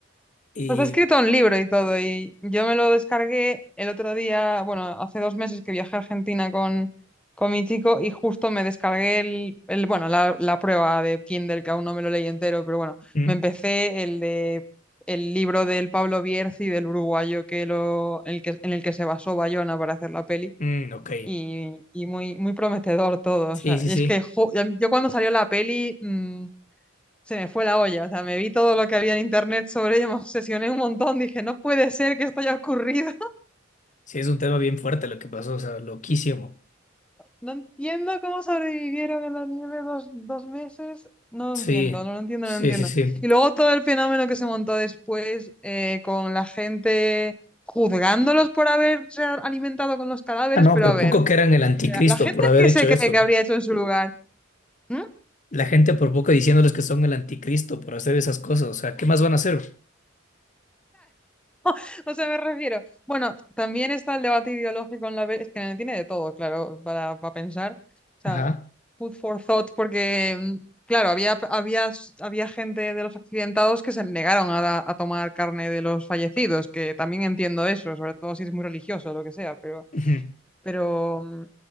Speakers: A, on the left; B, in the centre.
A: Y...
B: Pues ha escrito un libro y todo, y yo me lo descargué el otro día, bueno, hace dos meses que viajé a Argentina con, con mi chico y justo me descargué el, el bueno, la, la prueba de Kindle, que aún no me lo leí entero, pero bueno,
A: mm,
B: me empecé el de el libro del Pablo Bierzi, del uruguayo que lo, el que, en el que se basó Bayona para hacer la peli,
A: mm, ok.
B: y, y muy, muy prometedor todo,
A: Sí,
B: o sea,
A: sí,
B: y
A: sí.
B: es que jo- yo cuando salió la peli... mm, se me fue la olla. O sea, me vi todo lo que había en internet sobre ella, me obsesioné un montón. Dije, no puede ser que esto haya ocurrido. <laughs>
A: Sí, es un tema bien fuerte lo que pasó, o sea, loquísimo.
B: No entiendo cómo sobrevivieron en la nieve dos, dos meses. No lo
A: Sí,
B: entiendo, no lo entiendo,
A: sí,
B: no lo entiendo.
A: sí, sí.
B: Y luego todo el fenómeno que se montó después eh, con la gente juzgándolos por haberse a- alimentado con los cadáveres,
A: Ah, no,
B: pero
A: por
B: a ver,
A: poco que eran el anticristo
B: o sea, la gente
A: por haber
B: que
A: hecho
B: se cree
A: eso.
B: que habría hecho en su lugar. ¿Mm?
A: La gente por poco diciéndoles que son el anticristo por hacer esas cosas. O sea, ¿qué más van a hacer?
B: <laughs> O sea, me refiero. Bueno, también está el debate ideológico en la peli. Es que no tiene de todo, claro, para, para pensar. O sea,
A: Ajá.
B: food for thought, porque, mm, claro, había, había, había gente de los accidentados que se negaron a, a tomar carne de los fallecidos, que también entiendo eso, sobre todo si es muy religioso o lo que sea, pero,
A: Ujú.
B: pero mm,